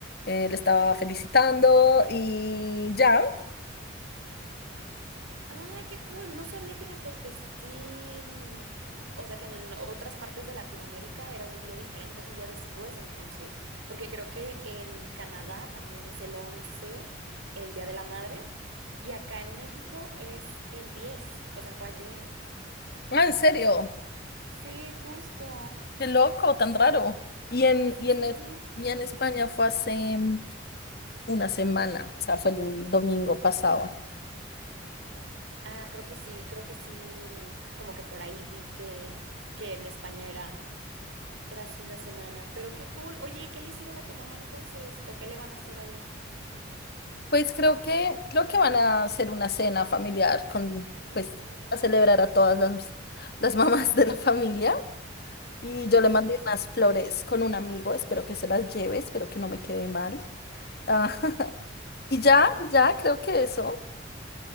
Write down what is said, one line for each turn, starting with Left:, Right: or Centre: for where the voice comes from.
Left: eh, le estaba felicitando y ya.
Right: Ay, qué cool. No sabía, fíjate que sí. mm, O sea, que en otras partes de Latinoamérica era un día diferente, es un día después, entonces. Porque creo que en Canadá también es el 11, el Día de la Madre. Y acá en México es el 10. o sea, fue ayer.
Left: Ah, en serio,
Right: Sí, justo.
Left: qué loco, tan raro. Y en,
Right: Sí.
Left: y en, es- y en España fue hace mm, una semana, o sea, fue el domingo pasado.
Right: Ah, creo que sí, creo que sí, mm, como que por ahí vi que, que en España era, era hace una semana, pero qué cool. Oye, ¿y qué le hicieron a tu mamá entonces? ¿O qué le van a hacer ahí?
Left: Pues creo que, creo que van a hacer una cena familiar con,
Right: Ok.
Left: pues, a celebrar a todas las, las <laughs> mamás de la familia. Y yo le
Right: Ajá.
Left: mandé unas flores con un amigo, espero que se las lleve, espero que no me quede mal. Ah, <laughs> y ya, ya, creo que eso.